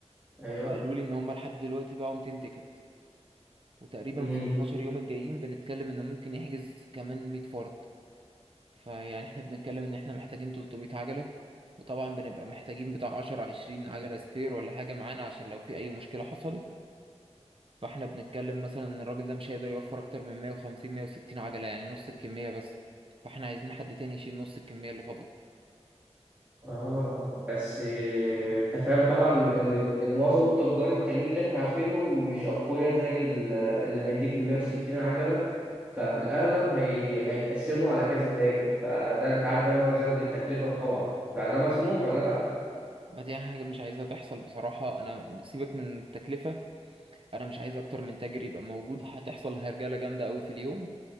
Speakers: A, on the right (about 15°); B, on the right (about 50°).
A: ايوه
B: هم قالوا لي ان هم لحد دلوقتي باعوا 200 تيكت وتقريبا
A: امم
B: في ال 12 يوم الجايين بنتكلم ان ممكن يحجز كمان 100 فرد فيعني احنا بنتكلم ان احنا محتاجين 300 عجلة وطبعا بنبقى محتاجين بتاع 10 20 عجلة سبير ولا حاجة معانا عشان لو في اي مشكلة حصلت فاحنا بنتكلم مثلا ان الراجل ده مش هيقدر يوفر اكتر من 150 160 عجلة يعني نص الكمية بس فاحنا عايزين حد تاني يشيل نص الكمية اللي فاضلة
A: اه بس آه، انت فاهم طبعا ان ان معظم التجار التانيين اللي احنا عارفينهم مش اقوياء زي ال- اللي هيديك ال 160 عجله ففي الاغلب هي... هيتقسموا على كذا تاجر فده انت عارف بقى ان هو يزود التكلفه طبعا فده مسموح ولا لا
B: ما دي حاجة مش عايزها تحصل بصراحة أنا سيبك من التكلفة أنا مش عايز أكتر من تاجر يبقى موجود هتحصل هرجلة جامدة أوي في اليوم